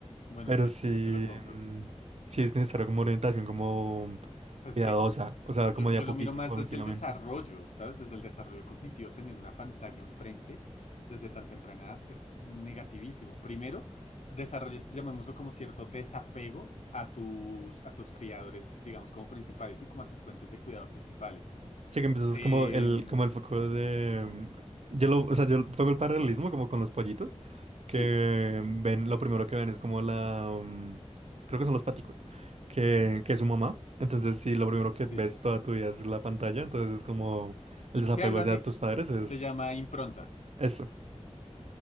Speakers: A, on the left; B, on the right.
A: Bueno,
B: Pero
A: sí,
B: sí,
A: eso te lo compro.
B: mm, sí es necesario como orientación como
A: Pues
B: cuidadosa,
A: es que
B: o sea,
A: yo,
B: como de
A: yo
B: a poquito,
A: lo miro más
B: paulatinamente.
A: desde el desarrollo, ¿sabes? Desde el desarrollo cognitivo, tener una pantalla enfrente desde tan temprana edad es negativísimo. Primero, desarrolles, llamémoslo como cierto desapego a tus, a tus criadores, digamos, como principales y como a tus fuentes de cuidado principales.
B: Sí que empiezas
A: Em,
B: como el, como el foco de... mm, Yo lo, o sea, yo pongo el paralelismo como con los pollitos,
A: sí,
B: que ven, lo primero que ven es como la... mm, creo que son los paticos, que,
A: ujú,
B: que es su mamá. Entonces, si lo primero
A: sí.
B: que ves toda tu vida es la pantalla, entonces es como el desapego
A: Sí, algo
B: hacia
A: así.
B: tus padres, es
A: Se llama impronta.
B: eso.